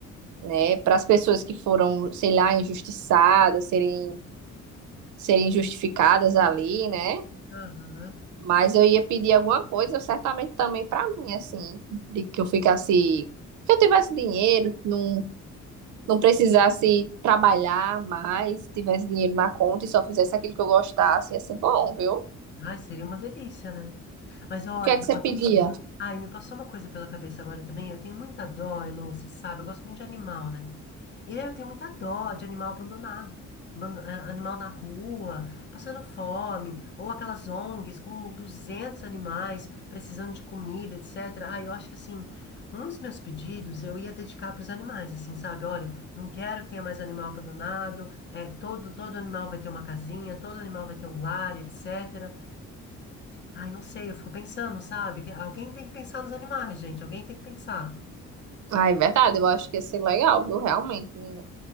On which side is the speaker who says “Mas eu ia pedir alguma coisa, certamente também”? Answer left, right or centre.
Right